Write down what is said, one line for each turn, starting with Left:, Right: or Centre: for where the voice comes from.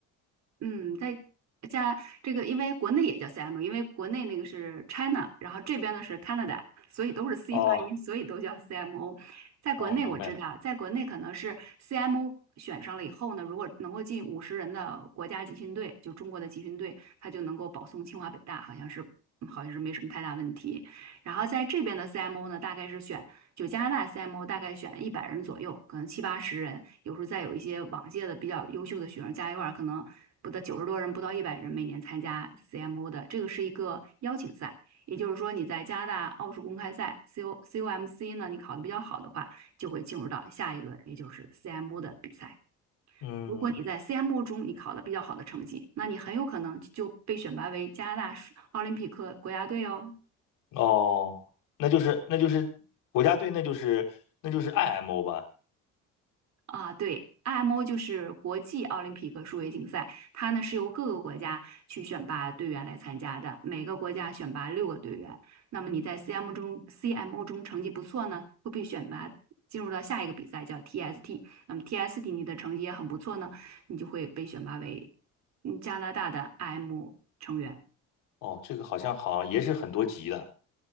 Right: 嗯，在加这个，因为国内也叫 c m O，因为国内那个是 China，然后这边呢是 Canada，所以都是 C
Left: 哦，
Right: 发音，所以都叫 CMO。在国内我知道，
Left: 哦，明白，
Right: 在国内可能是 CMO 选上了以后呢，如果能够进五十人的国家集训队，就中国的集训队，他就能够保送清华北大，好像是嗯好像是没什么太大问题。然后在这边的 CMO 呢，大概是选。就加拿大 CMO 大概选一百人左右，可能七八十人，有时候再有一些往届的比较优秀的学生加一块儿，可能不到九十多人，不到一百人每年参加 CMO 的，这个是一个邀请赛。也就是说，你在加拿大奥数公开赛 c O c O m c 呢，你考得比较好的话，就会进入到下一轮，也就是 CMO 的比赛。
Left: 嗯，
Right: 如果你在 CMO 中你考得比较好的成绩，那你很有可能就被选拔为加拿大奥林匹克国家队哦。
Left: 哦，那就是那就是国家队，那就是那就是 IMO 吧。
Right: 啊，对，IMO 就是国际奥林匹克数学竞赛，它呢是由各个国家去选拔队员来参加的，每个国家选拔六个队员。那么你在 CM 中 CMO 中成绩不错呢，会被选拔进入到下一个比赛叫 TST。那么 TST 你的成绩也很不错呢，你就会被选拔为嗯加拿大的 i m O 成员。
Left: 哦，这个好像好像也是很多级的，